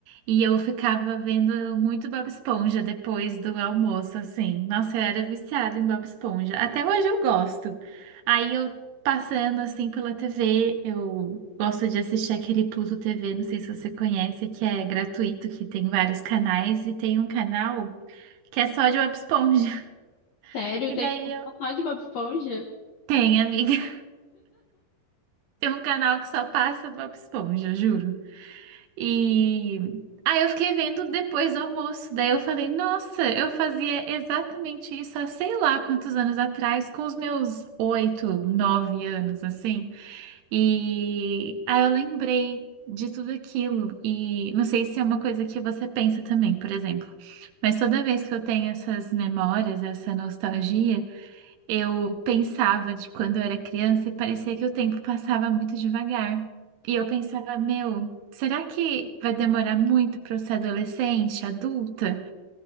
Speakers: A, on the right; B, on the left.
A: E eu ficava vendo muito Bob Esponja depois do almoço, assim. Nossa, eu era viciada em Bob Esponja. Até hoje eu gosto. Aí eu passando assim pela TV, eu gosto de assistir aquele Pluto TV, não sei se você conhece, que é gratuito, que tem vários canais e tem um canal que é só de Bob Esponja. <laughs>
B: Sério,
A: E
B: tem
A: daí eu
B: um só de Bob Esponja?
A: tenho, amiga. <laughs> Tem um canal que só passa Bob Esponja, eu juro. E aí eu fiquei vendo depois do almoço. Daí eu falei, nossa, eu fazia exatamente isso há sei lá quantos anos atrás, com os meus oito, nove anos, assim. E aí eu lembrei de tudo aquilo. E não sei se é uma coisa que você pensa também, por exemplo. Mas toda vez que eu tenho essas memórias, essa nostalgia. Eu pensava de quando eu era criança e parecia que o tempo passava muito devagar. E eu pensava, meu, será que vai demorar muito para eu ser adolescente, adulta?